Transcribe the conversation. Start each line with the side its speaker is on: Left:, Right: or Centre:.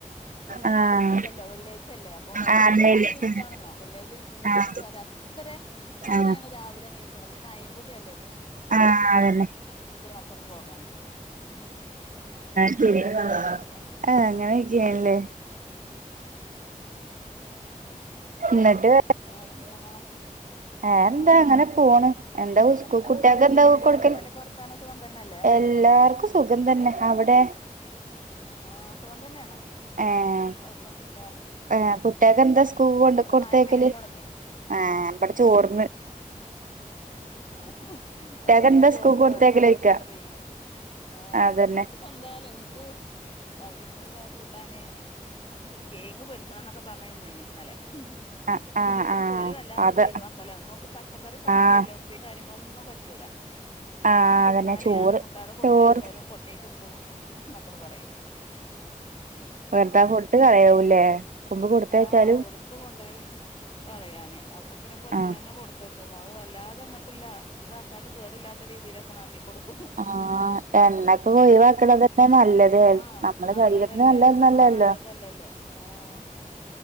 Left: ഓൻ ഇന്ന്
Right: ആഹ്
Left: മദ്രസ ഇല്ലല്ലോ വെള്ളിയഴ്ച അല്ലേ അപ്പൊ
Right: ആഹ്
Left: എന്തോരു ഇഷ്ടണെന്നോ വെള്ളിയഴച ദിവസം എന്താന്ന്
Right: ആഹ്
Left: വെച്ചാ ഇത്ര ഇറെണ്
Right: ആഹ്
Left: രാവിലെ നീക്ക്ണത് ഈ മഴം കൂടി അല്ലേ നീ
Right: ആഹ് അതന്നെ
Left: ഇപ്പം ഞാക്ക് ഒന്ന് പോകാന്
Right: <unintelligible>
Left: അങ്ങനെ ക്കെ
Right: ആഹ് അങ്ങനെയൊക്കെയാണല്ലേ ന്നിട്ട്
Left: വേറെന്താ?
Right: വേറെന്താ
Left: ആഹ്
Right: അങ്ങനെ പോണ് എന്താ സ്കൂ
Left: എത്താ
Right: കുട്ടിയക്കെന്താ
Left: വല്ലിമ്മാന്റേം
Right: കൊടുക്കല്
Left: വല്ലിപ്പാന്റെയൊക്കെ വർത്താനം സുഖം തന്നെയല്ലേ
Right: ല്ലാർക്കും സുഖം തന്നെ അവിടെ?
Left: ആഹ് സുഖം തന്നെയാണ്
Right: ഏഹ്
Left: കൊഴപ്പൊന്നുല്ല ഉം
Right: ഏഹ് കുട്ടികൾക്ക് എന്താ സ്കൂൾ കൊണ്ട്
Left: ഇവിടെ
Right: കൊടുത്തേക്കല്
Left: മഴ പെയ്യലൊടങ്ങി
Right: ആഹ് വടെ ചോർന്ന്
Left: ഉം ആഹ് ഓരോന്നും
Right: കുട്ടികൾക്ക് എന്താ
Left: ചോറും
Right: സ്കൂൾ കൊടുത്തേക്കല്
Left: വേറെ വേവിക്കാം
Right: ചോദിക്കാ
Left: ഉപയിക്ക്ണ് ആഹ്
Right: അതന്നെ
Left: സ്കൂൾക്ക് ന്താലെഞ്ച് തടിപ്പ ന്താ കൂട്ടാന് ഉം കേങ്ങ് പൊരിച്ചണം ന്നൊക്കെ പറഞ്ഞ് നിന്നീനി ഇന്നല്ലേ ഉം
Right: ആഹ് ആഹ്
Left: ഞാൻ
Right: ആഹ്
Left: പോരി വല്ലാതെ
Right: അത്
Left: ഒഴിവാക്കല നോക്ക് പച്ചക്കറി പ
Right: ആഹ്
Left: ഉപ്പി കാര്യങ്ങളൊന്നും പറ്റൂല്ല ഒന്നും
Right: ആഹ്
Left: തിന്നാല്
Right: അതന്നെ ചോറ്
Left: ഞാനും മുണ്ടാതെ കൊടുത്തയച്ചാലും
Right: ചോറ്
Left: കൊട്ടെകിട്ടൂ ന്നൊക്കെണ് പറയും ഉം
Right: വെർതെ ഫുഡ് കളയൂല്ലേ കുമ്പ് കൊടുത്തയച്ചാലും
Left: ആഹ് വെർതെ കൊണ്ടോയി കളയാന് അപ്പൊ പിന്നെ പെറ്റണന്നെ
Right: ആഹ്
Left: കൊടുത്ത അത് വല്ലാതെങ്ങോട്ടില്ല ഇതാക്കാത്ത കേടില്ലാത്ത രീതിയില് ക്കണക്കി കൊടുക്കും
Right: ആഹ് എണ്ണ ക്ക ഒഴിവാക്കണക്കെ തന്നെ നല്ലത്
Left: ആഹ്
Right: നമ്മടെ
Left: നല്ലതല്ലേ
Right: ശരീരത്തിന് എണ്ണ
Left: എണ്ണത്ര
Right: നല്ലയല്ലല്ലോ
Left: നല്ലതല്ലല്ലോ ആഹ്